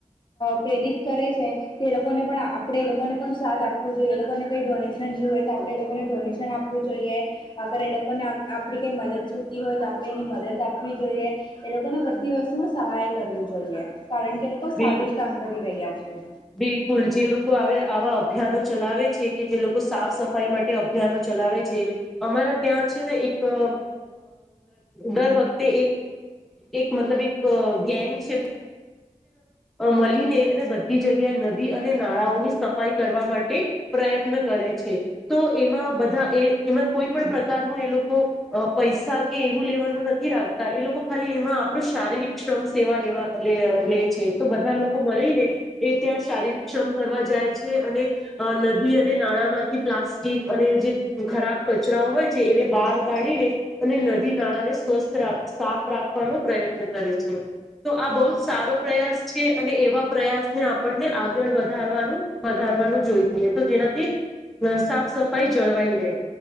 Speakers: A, on the left; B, in the centre.
A: પ્રેરિત કરે છે, લોકોને પણ આપે એ લોકોને પણ સાથ આપવો જોઈએ, એ લોકોને કઈ ડોનેશન જોવે તો આપણેે એ લોકોને ડોનેશન આપવું જોઈએ, અગર એ લોકોને આપણી કઈ મદદ જોતી હોય તો આપણે એની મદદ આપવી જોઈએ એ લોકોને બધી વસ્તુમાં સહાય કરવું જોઈએ. કારણ કે લોકો સારું
B: બિલ
A: જ કામ કરી રહ્યા છે,
B: બિલકુલ જે લોકો આવા અભિયાનો ચલાવે છે, કે જે લોકો સાફસફાઈ માટે અભિયાનો ચલાવે છે અમારા ત્યાં છે ને એક અ દર વખતે એક મતલબ એક ગેંગ છે. મળીને અને બધી જગ્યાએ નદી અને નાળાઓની સફાઈ કરવા માટે પ્રયત્ન કરે છે, તો એમાં બધા એ એમાં કોઈ પણ પ્રકારનું એ લોકો પૈસા કે એવું લેવાનું નથી રાખતા એ લોકો ખાલી એમાં આપડું શારીરિક શ્રમ સેવા લેવા લે છે. તો બધા લોકો મળીને એ ત્યાં શારીર શ્રમ કરવા જાય છે અને નદી અને નાણાં માંથી પ્લાસ્ટિક અને જે ખરાબ કચરા હોય છે એને બહાર કાઢીને અને નદી નાળાને સ્વસ્થ સાફ રાખવાનો પ્રયત્ન કરે છે. તો આ બહુ જ સારો પ્રયાસ છે. અને એવા પ્રયાસને આપણને આગળ વધારવાનું વધારવાનું જોઈએ તો નદી સાફ સફાઈ જળવાઈ રહે.